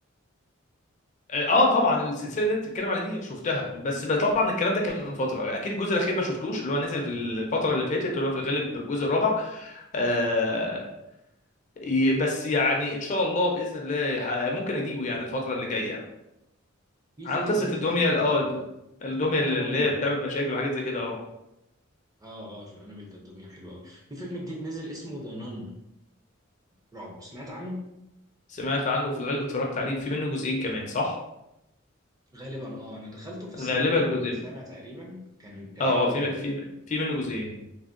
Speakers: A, on the left; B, on the right.
A: اه آه، طبعا السلسله اللي انت بتتكلم عليها دي شفتها بس ب- طبعا الكلام ده كان من فتره اكيد الجزء الاخير ما شفتوش اللي هو نزل في الفتره اللي فاتت اللي هو في الغالب الجزء الرابع آه ي- بس يعني ان شاء الله باذن الله ه- ممكن اجيبه يعني الفتره اللي جايه
B: في
A: عن
B: فيلم
A: قصه
B: نزل
A: الدميه اه الدميه اللي
B: ذا نن
A: هي بتعمل مشاكل وحاجات زي كده اه
B: اه اه انابيل ده الدنيا حلوه قوي في فيلم جديد نزل اسمه ذا نن رعب سمعت عنه
A: سمعت عنه في الغالب اتفرجت عليه في منه جزئين كمان صح
B: غالبا اه انا دخلته في السينما
A: غالبا
B: من
A: جزئين
B: سنه تقريبا كان كان
A: اه
B: حلو
A: اه في
B: قوي
A: في في منه جزئين